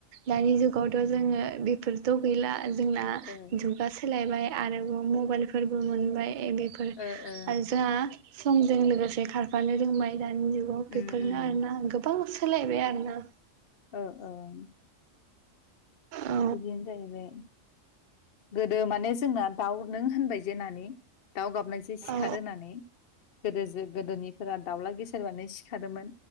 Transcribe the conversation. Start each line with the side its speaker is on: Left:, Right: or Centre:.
Right: दानि जुग गावथ' जोङो बेफोरथ' गैला। जोंना
Left: ओ
Right: जुगा सोलायबाय। आरोबाव मबाइल फोरबो मोनबाय ए बेफोर
Left: ओ ओ
Right: आरो जोङा समजों लोगोसे खारफानो रोंबाइ दानि जुगाव बेफोरनो
Left: उम उम
Right: आरोना गोबां सोलायबाय आरोना।
Left: ओ औ
Right: औ
Left: बिदिनो जायोबाय गोदो माने जोंना दाउ नों होनबाय जे नानि दाउ गाबनायजों सिखारो
Right: औ
Left: होननानै। गोदो गोदोनिफोरा दाउला गेसेेर बानो सिखादोंमोन